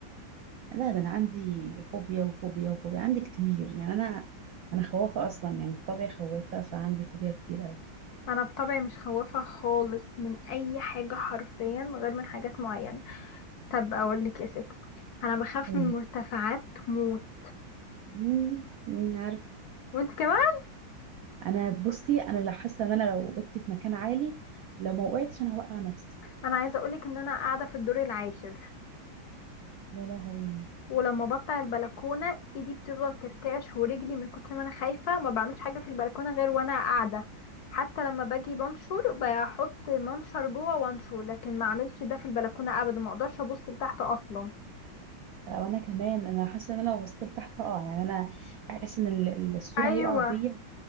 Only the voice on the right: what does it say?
لا ده انا عندي فوبيا وفوبيا وفوبيا عندي كتير يعني انا انا خوافه اصلا يعني بطبعي خوافه فعندي فوبيا كتير قوي
قولي
امم عارف
انا بصي انا لا حاسه ان انا لو وقفت في مكان عالي لو ما وقعتش انا هوقع نفسي
يا لهوي
آه، وانا كمان انا حاسه ان انا لو بصيت لتحت هقع يعني انا احس ان ال- ال- السور
هيقع بيا